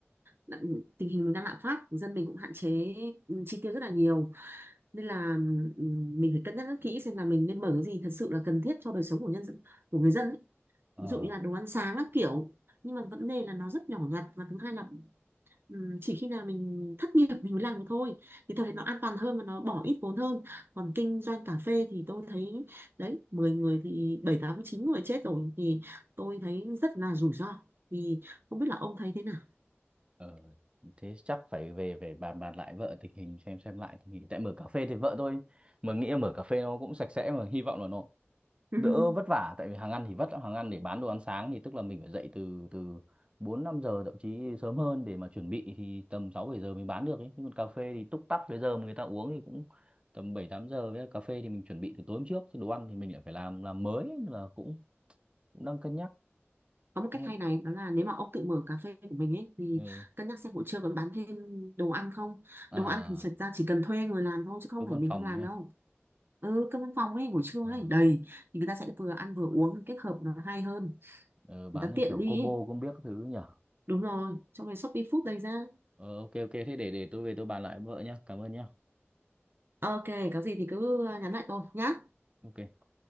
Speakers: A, on the right; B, on the right.
A: đã- tình hình đang lạm phát dân mình cũng hạn chế ừm, chi tiêu rất là nhiều nên là ừm, mình phải cân nhắc rất kỹ xem là mình nên mở cái gì thật sự là cần thiết cho đời sống của nhân dân của người dân ấy.
B: ờ
A: ví dụ như là đồ ăn sáng các kiểu nhưng mà vấn đề là nó rất nhỏ nhặt và thứ hai là Ừ, chỉ khi nào mình thất nghiệp mình mới làm được thôi thì tôi thấy nó an toàn hơn và nó bỏ ít vốn hơn còn kinh doanh cà phê thì tôi thấy đấy 10 người thì bảy tám chín người chết rồi thì tôi thấy rất là rủi ro thì không biết là ông thấy thế nào
B: ờ thế chắc phải về về bàn bàn lại vợ tình hình xem xem lại tình hình tại mở cà phê thì vợ tôi mà nghĩ là mở cà phê nó cũng sạch sẽ mà hy vọng là nó
A: <laughs>
B: đỡ vất vả tại vì hàng ăn thì vất lắm hàng ăn để bán đồ ăn sáng thì tức là mình phải dậy từ từ bốn năm giờ thậm chí sớm hơn để mà chuẩn bị thì tầm sáu bảy giờ mình bán được ấy nhưng còn cà phê thì túc tắc cái giờ mà người ta uống thì cũng tầm bảy tám giờ với cà phê thì mình chuẩn bị từ tối hôm trước chứ đồ ăn thì mình lại phải làm làm mới ấy, nên là cũng cũng đang cân nhắc
A: có một
B: đúng
A: cách
B: không?
A: hay này đó là nếu mà ông tự mở cà phê của mình ấy thì
B: Ừ.
A: cân nhắc xem buổi trưa còn bán thêm đồ ăn không
B: à
A: đồ ăn thì thật ra chỉ cần thuê người làm thôi chứ không
B: cơm
A: phải
B: văn
A: mình
B: phòng
A: không làm
B: nha
A: đâu ừ cái văn phòng ấy buổi trưa
B: ờ,
A: ấy đầy thì người ta sẽ vừa ăn vừa uống kết hợp nó hay hơn
B: ờ, bán
A: người ta
B: theo
A: tiện
B: kiểu
A: đi
B: combo
A: ấy.
B: không biết các thứ nhỉ
A: Đúng rồi, trong cái Shopee Food đây ra.
B: ờ, ok ok thế để để tôi về tôi bàn lại với vợ nhá cảm ơn nhá
A: Ok, có gì thì cứ à, nhắn lại tôi nhá.
B: ok